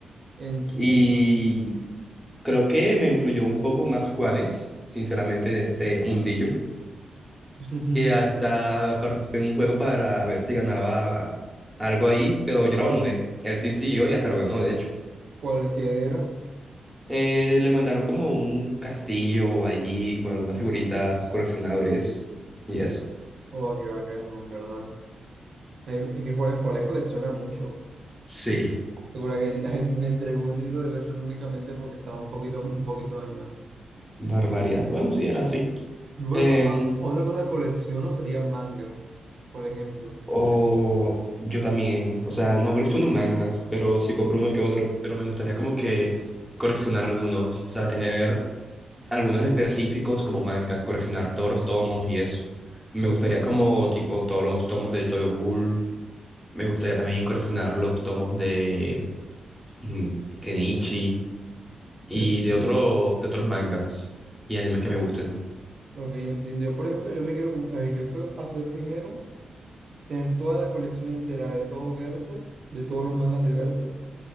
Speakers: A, on the right; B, in the centre.
A: Entiendo.
B: Y Creo que me influyó un poco más Juanes, sinceramente, en este mundillo,
A: <laughs>
B: que hasta participé en un juego para ver si ganaba algo ahí, pero yo lo abandoné. Él sí siguió y hasta lo ganó, de hecho.
A: Cualquiera.
B: Eh, le mandaron como un castillo ahí con algunas figuritas coleccionables y eso.
A: Oh, qué bacano, en verdad. Hay- Es que Juárez, Juárez colecciona mucho.
B: Sí,
A: Recuerda que él- <laughs> me entregó un libro de versos únicamente porque estaba un poquito, un poquito dañado.
B: barbaridad. Bueno, sí, era así.
A: Yo, por
B: Em,
A: ejemplo, ah, otra cosa que colecciono serían mangas, por ejemplo.
B: o yo también, o sea, no colecciono mangas, pero sí compro uno que otro, pero me gustaría como que coleccionar algunos, o sea, tener algunos específicos como mangas, coleccionar todos los tomos y eso. Me
A: Ok,
B: gustaría como tipo todos los tomos de Tokyo Ghoul. Me gustaría también coleccionar los tomos de mm, Kenichi y
A: entiendo.
B: de otros de otros mangas y animes que me gusten.
A: Ok, entiendo. Yo, por ejemplo, yo me quiero, comp- eh, yo quiero hacer primero, tener toda la colección entera de todo Berserk, de todos los mangas de Berserk.